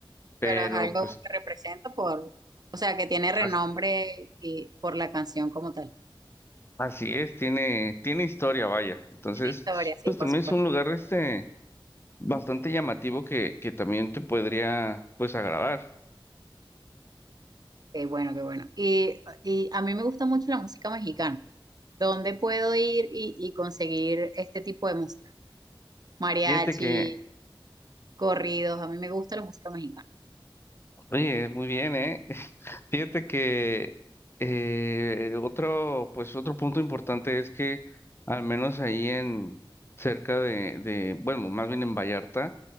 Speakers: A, on the left; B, on the right.
A: pero
B: pero es algo
A: pues
B: que representa por, o sea, que tiene renombre
A: as-
B: y por la canción como tal.
A: así es, tiene, tiene historia, vaya. Entonces,
B: Historia,
A: pues
B: sí,
A: también
B: por supuesto.
A: es un lugar este bastante llamativo que, que también te podría pues agradar.
B: Qué bueno, qué bueno. Y, y a mí me gusta mucho la música mexicana. ¿Dónde puedo ir y, y conseguir este tipo de música? Mariachi,
A: Fíjate que
B: corridos, a mí me gusta la música mexicana.
A: Oye, muy bien, ¿eh? Fíjate que eh, otro, pues otro punto importante es que al menos ahí en cerca de, de, bueno, más bien en Vallarta,